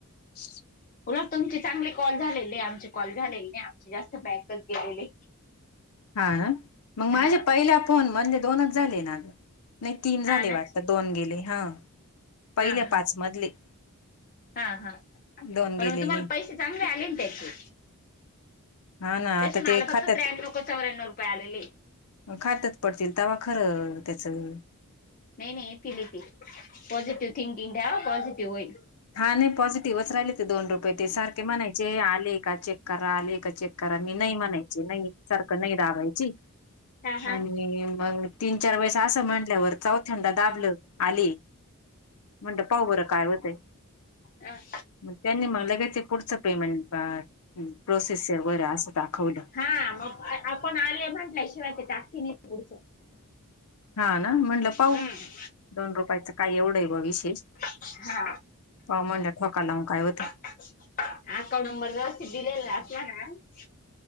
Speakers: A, on the left; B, on the left.
A: <unintelligible>
B: उलट तुमचे चांगले कॉल झालेले आहे. आमचे कॉल झालेले नाही, आमचे जास्त बॅकच गेलेले.
A: हा मग,
B: हा
A: माझे पहिल्या फोन मधले दोनच झाले ना ग. नाही तीन झाले
B: हा ना
A: वाटत. दोन गेले हा पहिले
B: हा हा
A: पाच मधले.
B: हा हा
A: दोन गेलेले.
B: पण तुम्हाला पैसे चांगले आले, त्याचे.
A: हा ना
B: तशी
A: आता
B: मला
A: ते खात्यात
B: फक्त त्र्याण्णव का चौऱ्याण्णव रुपये आलेलं आहे.
A: मग, खात्यात पडतील तवा खरं त्याचं.
B: नाही नाही येतील येतील. पॉझिटिव्ह थिंकिंग ठेवा पॉझिटिव्ह होईल.
A: हा नाही पॉझिटिव्हच राहिले. ते दोन रुपये ते सारखे म्हणायचे आले का चेक करा. आले चेक करा, मी नाही म्हणायची नाही, नाही सारखं नाही दाबायचे.
B: हा हा
A: आणि मग, तीन चार वेळेस असं म्हंटल्यावर.. चौथ्यांदा दाबलं, आली म्हणल पाहू बरं काय होतंय.
B: आ..
A: मग, त्यांनी म्हणलं लगेच ते पुढचं पेमेंट प्रोसेसर सर्वर असं. दाखवलं
B: हा.. मग, आपण आले म्हंटल्या शिवाय ते टाकती नाही पुढचं.
A: हा ना, म्हटलं पाहु
B: हम्म
A: दोन रुपयाचं काय? एवढं आहे ब विशेष..
B: हा..
A: पाहू म्हणलं ठोका लावून काय होतं
B: अकाउंट नंबर व्यवस्थित दिलेला <unintelligible>